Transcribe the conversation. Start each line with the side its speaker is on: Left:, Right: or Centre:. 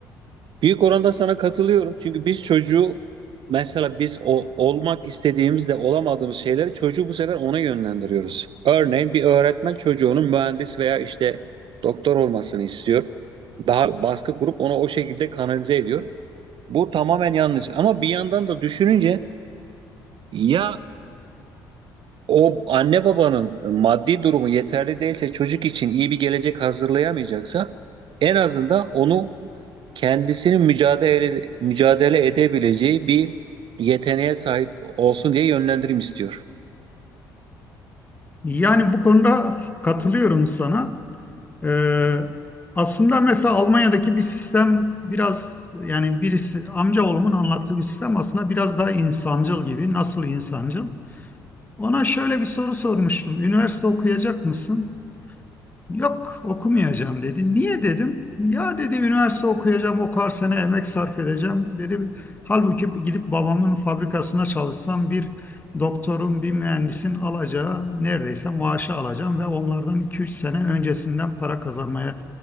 Right: e, büyük oranda sana katılıyorum. Çünkü biz çocuğu mesela biz o, olmak istediğimizde olamadığımız şeyleri çocuğu bu sefer ona yönlendiriyoruz. Örneğin bir öğretmen çocuğunun mühendis veya işte doktor olmasını istiyor. Daha baskı kurup onu o şekilde kanalize ediyor. Bu tamamen yanlış. Ama bir yandan da düşününce ya o anne babanın e, maddi durumu yeterli değilse çocuk için iyi bir gelecek hazırlayamayacaksa en azından onu kendisinin mücadele mücadele edebileceği bir yeteneğe sahip olsun diye yönlendirim istiyor.
Left: Yani bu konuda katılıyorum sana. Ee, aslında mesela Almanya'daki bir sistem biraz yani birisi amcaoğlumun anlattığı bir sistem aslında biraz daha insancıl gibi. Nasıl insancıl? Ona şöyle bir soru sormuştum. Üniversite okuyacak mısın? Yok okumayacağım dedi. Niye dedim? Ya dedi üniversite okuyacağım o kadar sene emek sarf edeceğim. Dedim halbuki gidip babamın fabrikasına çalışsam bir doktorun bir mühendisin alacağı neredeyse maaşı alacağım ve onlardan iki üç sene öncesinden para kazanmaya